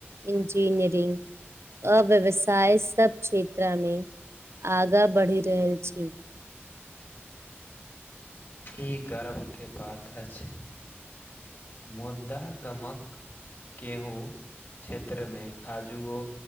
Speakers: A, on the right (about 75°); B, on the left (about 50°).
A: इंजीनियरिंग अ व्यवसाय, सब क्षेत्रामे, आगा बढ़ि रहल छी।
B: ई गर्व के बात अछि। मुद्दा कमक केहूँ क्षेत्रमे आजुओ,